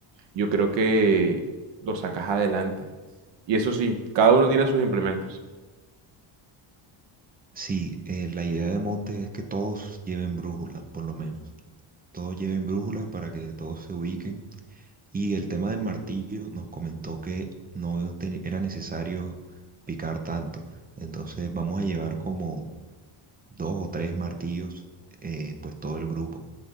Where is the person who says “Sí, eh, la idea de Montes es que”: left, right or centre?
Right